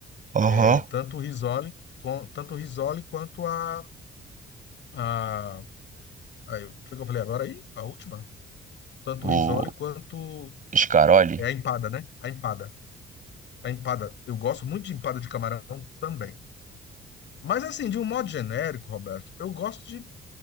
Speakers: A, on the right; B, on the left.
A: Aham.
B: É, tanto o Risoli, com- tanto o Risoli quanto a, a, a- o que eu falei agora aí? A última? Tanto
A: O
B: o Risoli quanto
A: Scaroli?
B: é a empada, né? A empada. A empada. Eu gosto muito de empada de camarão também. Mas assim, de um modo genérico, Roberto, eu gosto de,